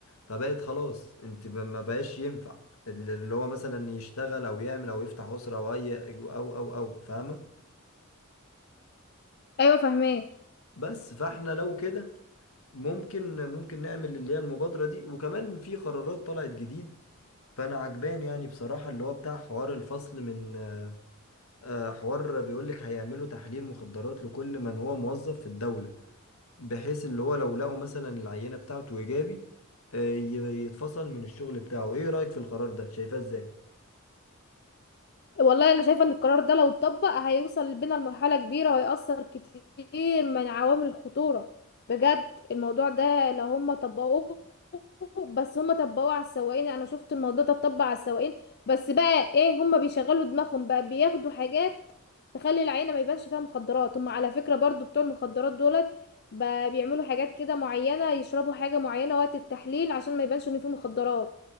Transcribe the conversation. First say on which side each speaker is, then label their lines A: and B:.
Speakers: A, on the left (about 75°); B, on the left (about 50°).
A: فبقت خلاص انت ما ما بقاش ينفع اللي هو مثلا يشتغل او يعمل او يفتح اسرة او اي او او او فاهمة
B: ايوه فاهمه
A: بس فاحنا لو كده ممكن ممكن نعمل اللي هي المبادرة دي وكمان في قرارات طلعت جديد فانا عجبان يعني بصراحة اللي هو بتاع حوار الفصل من آه، حوار بيقولك هيعملوا تحليل مخدرات لكل من هو موظف في الدولة بحيث اللي هو لو لقوا مثلا العينة بتاعته ايجابي آه، ي- يتفصل من الشغل بتاعه ايه رأيك في القرار ده شايفاه ازاي
B: والله انا شايفه ان القرار ده لو اتطبق هيوصل بينا لمرحله كبيره وهيأثر كتير من عوامل الخطوره بجد الموضوع ده لو هم طبقوه بس هم طبقوه على السواقين انا شفت الموضوع ده اتطبق على السواقين بس بقى ايه هم بيشغلوا دماغهم بقى بياخدوا حاجات تخلي العينه ما يبانش فيها مخدرات هم على فكره برضو بتوع المخدرات دولت بقى بيعملوا حاجات كده معينه يشربوا حاجه معينه وقت التحليل عشان ما يبانش ان فيه مخدرات